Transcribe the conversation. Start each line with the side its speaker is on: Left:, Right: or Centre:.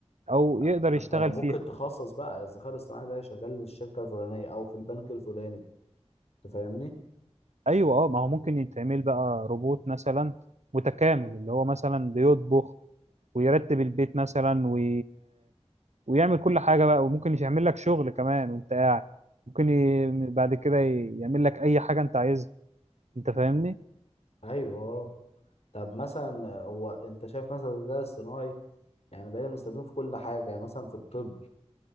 Right: او يقدر
Left: ما
Right: يشتغل
Left: انت ممكن
Right: فيها
Left: تخصص بقى الذكاء الاصطناعي ده شغال للشركه الفلانيه او في البنك الفلاني انت فاهمني
Right: ايوه اه ما هو ممكن يتعمل بقى روبوت مثلا متكامل اللي هو مثلا بيطبخ ويرتب البيت مثلا وي... ويعمل كل حاجة بقى وممكن يعمل لك شغل كمان وانت قاعد ممكن ي... بعد كده ي- يعمل لك اي حاجة انت عايزها انت فاهمني
Left: ايوه طب مثلا آه، هو انت شايف مثلا الذكاء الاصطناعي يعني بقينا بنستخدمه في كل حاجه يعني مثلا في الطب